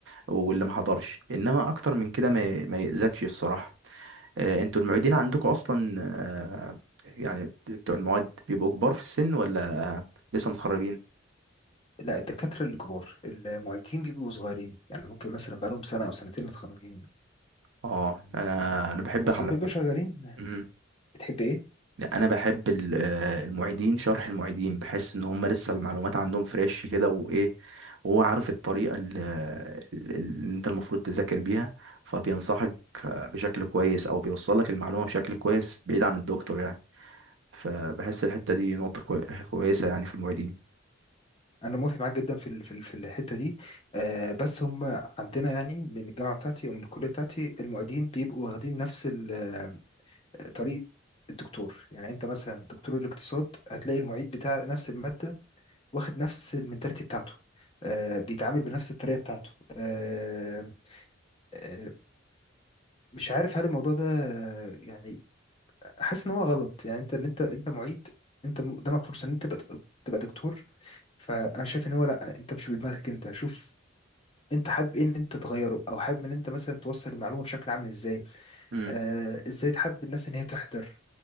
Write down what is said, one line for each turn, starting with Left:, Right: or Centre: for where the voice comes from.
Right: واللي ما حضرش انما اكتر من كده
Left: امم
Right: ما ما يأذكش الصراحه آه، انتوا المعيدين عندكم اصلا آه، يعني بتوع المواد بيبقوا كبار في السن ولا آه، لسه متخرجين
Left: لا الدكاترة اللي كبار المعيدين بيبقوا صغيرين يعني ممكن مثلا بقالهم سنة أو سنتين متخرجين
Right: اه انا انا بحب
Left: بس
Right: حلقة
Left: بيبقوا شغالين
Right: مم.
Left: بتحب إيه؟
Right: لا، <laughs> انا بحب ال- آه، المعيدين شرح المعيدين بحس ان هم لسه المعلومات عندهم فريش كده وايه وهو عارف الطريقه ال- آه، ال- اللي انت المفروض تذاكر بيها فبينصحك بشكل كويس او بيوصل لك المعلومه بشكل كويس بعيد عن الدكتور يعني فبحس الحتة دي نقطة كوي- كويسة يعني في المعيدين
Left: انا موافق معاك جدا في ال- في ال- في الحته دي آه بس هم عندنا يعني من الجامعه بتاعتي او من الكليه بتاعتي المعيدين بيبقوا واخدين نفس ال- آه، طريقه الدكتور يعني انت مثلا دكتور الاقتصاد هتلاقي المعيد بتاع نفس الماده واخد نفس المنتاليتي بتاعته آه بيتعامل بنفس الطريقه بتاعته آه آه مش عارف هل الموضوع ده آه، يعني حاسس ان هو غلط يعني انت ان انت انت معيد انت قدامك فرصه ان انت تبقى تبقى دكتور فانا شايف ان هو لا انت مش بدماغك انت شوف انت حابب ايه ان انت تغيره او حابب ان انت مثلا توصل المعلومه بشكل عامل ازاي
Right: امم
Left: آه ازاي تحب الناس ان هي تحضر